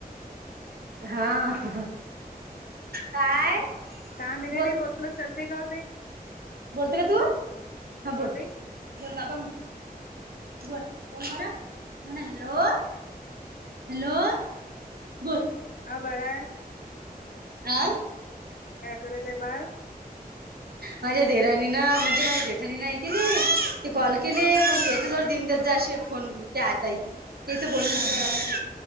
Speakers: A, on the right (about 75°); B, on the left (about 65°).
A: हा. काय
B: सहा मिनिटे
A: बोल
B: बोललो चलते का होते ताई?
A: बोलत का तू? हा
B: का
A: बोल
B: ओ ताई
A: बोल बाबा म्ह बोल बोलणार? म्हण हॅलो. हॅलो झोप.
B: हा बाळा.
A: हा?
B: काय करते बाळ?
A: माझ्या दिरांनी ना म्हणजे माझ्या जेठानी ना एक तिने ते
B: हा
A: कॉल केले, मग याच्या जवळ देऊन देत जा असे कॉल त्या ताई तिचं बोलणंच
B: हा
A: जीवावर‌
B: हा
A: आलं की.